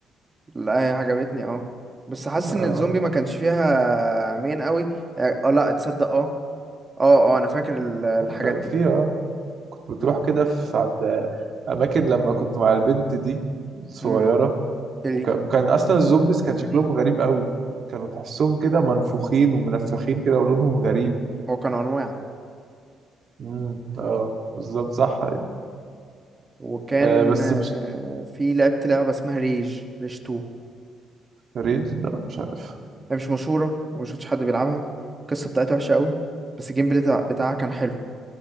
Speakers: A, on the right; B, on the right.
A: لا هي عجبتني اه بس حاسس
B: آه
A: إن الزومبي ما كانش فيها مين قوي اه آه، لا تصدق اه اه اه أنا فاكر ال- الحاجات
B: كان
A: دي
B: في اه كنت بتروح كده في عند اماكن لما كنت مع البنت دي الصغيره
A: امم اللي
B: وك... وكان اصلا الزومبيز كان شكلهم غريب قوي كانوا تحسهم كده منفوخين ومنفخين كده ولونهم غريب
A: هو كانوا أنواع
B: امم اه بالظبط صح أيوة.
A: وكان
B: آه بس مش
A: آه، في لعبت لعبة اسمها ريج ريج 2
B: ريد لا مش عارف
A: هي مش مشهورة وما شفتش حد بيلعبها القصة بتاعتها وحشة قوي بس الجيم بلاي بتاع- بتاعها كان حلو